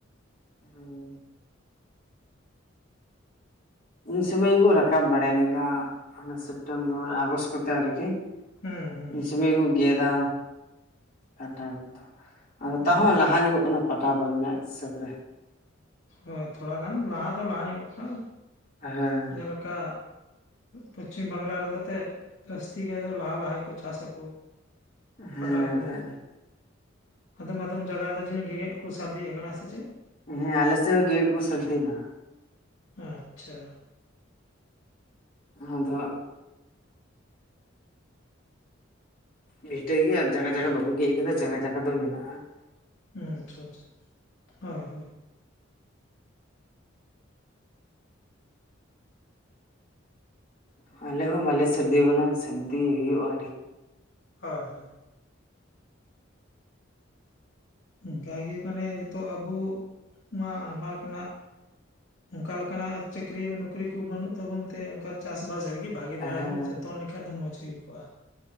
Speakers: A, on the left; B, on the left.
A: <inaudible> ᱤᱧ ᱥᱚᱢᱚᱹᱭ ᱜᱮᱠᱚ ᱨᱟᱠᱟᱵ ᱵᱟᱲᱟᱭᱟ ᱱᱤᱝᱠᱟ ᱚᱱᱟ ᱥᱮᱯᱴᱮᱢᱵᱚᱨ ᱟᱜᱚᱥᱴ ᱠᱚᱛᱮ ᱟᱨᱠᱤ
B: ᱦᱩᱸ ᱦᱩᱸ
A: ᱩᱱ
B: ᱦᱩᱸ
A: ᱥᱚᱢᱚᱭ ᱠᱚ ᱜᱮᱫᱟ ᱟᱫᱚᱢ ᱫᱚ ᱟᱫᱚ
B: ᱦᱩᱸ
A: ᱛᱟᱣᱟᱦᱚᱸ
B: ᱦᱩᱸ
A: ᱞᱟᱦᱟ ᱧᱚᱜᱚᱜ ᱠᱟᱱᱟ ᱯᱟᱴᱟ ᱫᱚ ᱤᱧᱟᱹᱜ ᱦᱤᱥᱟᱹᱵᱽ ᱨᱮ
B: ᱦᱳᱭ ᱛᱷᱚᱲᱟ ᱜᱟᱱ ᱞᱟᱦᱟ ᱫᱚ ᱞᱟᱦᱟ ᱧᱚᱜᱚᱜ ᱠᱦᱟᱱ
A: ᱦᱮᱸ
B: ᱡᱮᱞᱮᱠᱟ ᱯᱚᱪᱷᱤᱢ ᱵᱟᱝᱞᱟ ᱨᱮᱫᱚ ᱛᱮᱫ ᱡᱟᱥᱛᱤ ᱜᱮ ᱫᱚ ᱞᱟᱦᱟ ᱞᱟᱦᱟᱜᱮ ᱠᱚ ᱪᱟᱥ ᱟᱠᱩ
A: ᱦᱮᱸ
B: ᱯᱟᱴᱟ ᱠᱚ
A: ᱵᱷᱟᱞᱮ
B: ᱟᱫᱚᱢ ᱟᱫᱚᱢ ᱡᱟᱜᱟ ᱡᱮ ᱜᱮᱜᱮᱫᱽ ᱠᱚ ᱥᱟᱨᱫᱤᱜ ᱟᱠᱟᱱᱟ ᱥᱮ ᱪᱮᱫ?
A: ᱦᱮᱸ ᱟᱞᱮᱥᱮᱫ ᱦᱚᱸ ᱜᱮ ᱜᱮᱠᱚ ᱥᱟᱨᱫᱤᱭᱮᱱᱟ᱾
B: ᱟᱪᱪᱷᱟ
A: ᱟᱫᱦᱚ ᱵᱷᱤᱴᱟᱹᱜ ᱜᱮᱭᱟ ᱟᱨ ᱡᱟᱜᱟ ᱡᱟᱜᱟ ᱵᱟᱠᱚ ᱜᱮᱜ ᱟᱠᱟᱫᱟ ᱡᱟᱜᱟ ᱡᱟᱜᱟ ᱫᱚ ᱢᱮᱱᱟᱜᱼᱟ ᱾
B: ᱦᱸ ᱟᱪᱷᱟ ᱪᱷᱟ ᱦᱳᱭ ᱦᱳᱭ
A: ᱟᱞᱮ ᱦᱚᱸ ᱵᱟᱞᱮ ᱥᱟᱨᱫᱤ ᱣᱟᱱᱟ ᱥᱟᱨᱫᱤ ᱦᱩᱭᱩᱜᱼᱟ
B: ᱦᱳᱭ ᱦᱳᱭ ᱚᱝᱠᱟᱜᱮ ᱢᱟᱱᱮ ᱧᱤᱛᱚᱜ ᱟᱵᱚ ᱢᱟ ᱟᱭᱢᱟ ᱞᱮᱠᱟᱱᱟᱜ ᱚᱱᱠᱟ ᱞᱮᱠᱟᱱᱟᱜ ᱪᱟᱹᱠᱨᱤ ᱱᱚᱩᱠᱨᱤ ᱠᱚ ᱵᱟᱹᱱᱩᱜ ᱛᱟᱵᱚᱱ ᱛᱮ ᱚᱱᱠᱟ ᱪᱟᱥ ᱵᱟᱥ ᱨᱮᱜᱮ ᱵᱷᱟᱹᱜᱤ ᱫᱷᱟᱨᱟ
A: ᱦᱮᱸ
B: ᱵᱚᱱ ᱪᱚᱛᱚᱱ ᱞᱮᱠᱷᱟ ᱫᱚ ᱢᱚᱡᱽ ᱦᱩᱭ ᱠᱚᱜᱼᱟ